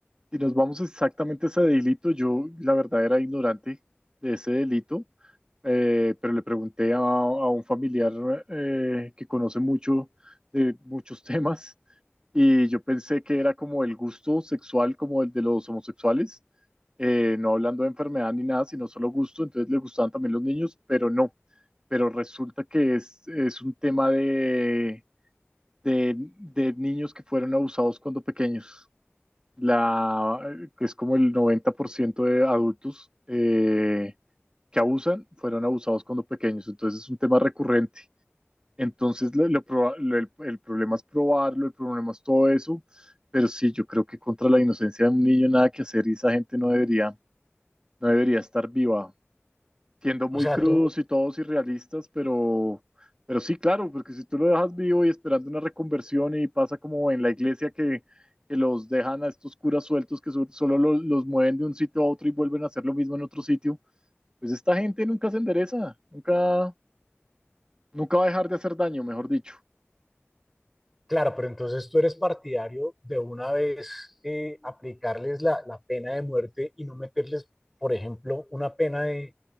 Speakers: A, on the right; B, in the centre.
A: si nos vamos exactamente a ese delito, yo la verdad era ignorante de ese delito, eh, pero le pregunté a, a un familiar eh, que conoce mucho de muchos <laughs> temas y yo pensé que era como el gusto sexual como el de los homosexuales eh, no hablando de enfermedad ni nada, sino solo gusto, entonces le gustaban también los niños, pero no, pero resulta que es, es un tema de, de, de niños que fueron abusados cuando pequeños, la, que es como el 90% de adultos eh, que abusan fueron abusados cuando pequeños, entonces es un tema recurrente. Entonces, lo, lo proba- lo- el, el problema es probarlo, el problema es todo eso, pero sí, yo creo que contra la inocencia de un niño nada que hacer y esa gente no debería no debería estar viva. Siendo muy
B: O sea,
A: crudos
B: tú,
A: y todos irrealistas, pero, pero sí, claro, porque si tú lo dejas vivo y esperando una reconversión y pasa como en la iglesia que, que los dejan a estos curas sueltos que so- solo lo- los mueven de un sitio a otro y vuelven a hacer lo mismo en otro sitio, pues esta gente nunca se endereza, nunca, nunca va a dejar de hacer daño, mejor dicho.
B: claro, pero entonces tú eres partidario de una vez eh, aplicarles la, la pena de muerte y no meterles, por ejemplo, una pena de